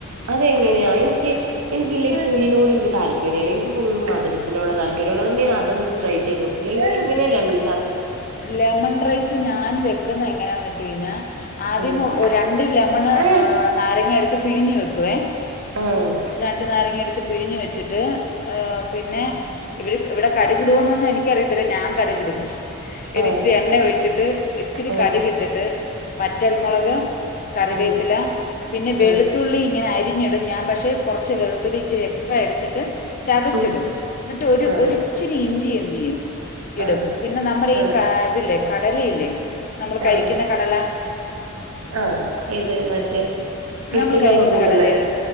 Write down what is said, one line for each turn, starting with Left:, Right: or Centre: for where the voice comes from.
Right: അതെങ്ങനെയാ എനിക്ക് എനിക്കില്ലേ ഈ പുളിനോട് എനിക്ക് താൽപരൃല്ല എനിക്ക് ഫുൾ മധുരത്തിനോടാ താല്പര്യം ള്ളതോണ്ട് ഞാനതൊന്ന് ട്രൈ ചെയ്തോ ഇങ്ങനെയാ ലെമൻ
Left: ലെമൺ റൈസ് ഞാൻ വെക്കുന്ന എങ്ങനാന്ന് വെച്ച് കഴിഞ്ഞാ ആദ്യം
Right: ഉം ആഹ്
Left: ഒ രണ്ട് ലെമണ്
Right: ആഹ്
Left: ഏഹ് നാരങ്ങ എടുത്ത് പിഴിഞ്ഞ് വെക്കുവേ
Right: ആഹ്
Left: രണ്ട് നാരങ്ങെടുത്ത് പിഴിഞ്ഞ് വെച്ചിട്ട് പിന്നെ ഇവര് ഇവിടെ കടുകിടോന്നൊന്നും എനിക്കറിയത്തില്ല ഞാൻ കടുകിടും.
Right: ആഹ്
Left: ര്ച്ചിരി എണ്ണ ഒഴിച്ചിട്ട് ഇച്ചിരി
Right: ആഹ്
Left: കട് കിട്ടിട്ട് വറ്റൽമൊളക് കറിവേപ്പില
Right: ഉം
Left: പിന്നെ വെളുത്തുള്ളീനി
Right: ആഹ്
Left: ങ്ങനെ അരിഞ്ഞിടും ഞാൻ പക്ഷെ കുറച്ച് വെളുത്തൂടി ഇച്ചിരി എക്സ്ട്രാ എടുത്തിട്ട് ചതച്ചിടും
Right: ഉം
Left: എന്നിട്ട് ഒരു
Right: ആഹ്
Left: ഒച്ചിരി ഇഞ്ചി എന്ത് ചെയ്യും ഇടും
Right: ആഹ്
Left: പിന്നെ നമ്- മ്മടെ
Right: ആഹ്
Left: ഈ ഇതില്ലേ കടലയില്ലേ നമ്മൾ കഴിക്കുന്ന
Right: ആഹ്
Left: കടലാ
Right: ആഹ് ഏത് മറ്റേ പുട്ടിനൊക്കെ
Left: നമ്മൾ കഴിക്കുന്ന
Right: കൂട്ടുന്നെ
Left: കടലയില്ലേ